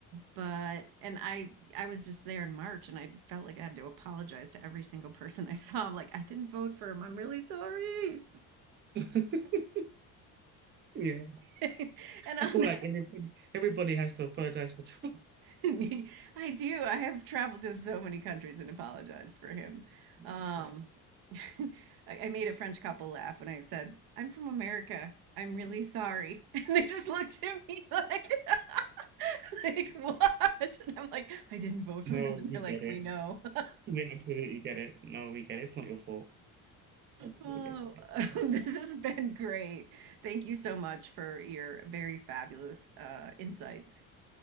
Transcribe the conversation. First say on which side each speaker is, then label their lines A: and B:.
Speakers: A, on the right; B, on the right.
A: but, and I, I was just there in March and I felt like I had to apologize to every single person I saw. I'm like, I didn't vote for him. I'm really sorry.
B: <laughs> yeah.
A: <laughs> And on
B: I feel like everybody everybody has to apologize for Trump.
A: <laughs> I do. I have traveled to so many countries and apologized for him.
B: <laughs>
A: Um,
B: No,
A: <laughs> I, I made a French couple laugh when I said, "I'm from America. I'm really sorry," <laughs> and they just looked at me like, <laughs> "Like what?" And I'm like, "I didn't vote
B: you
A: for him," and they're like,
B: get it.
A: "We know." <laughs>
B: We absolutely get it. No, we get it. It's not your fault. Hopefully
A: Oh,
B: it gets better.
A: <laughs> this has been great. Thank you so much for your very fabulous uh, insights.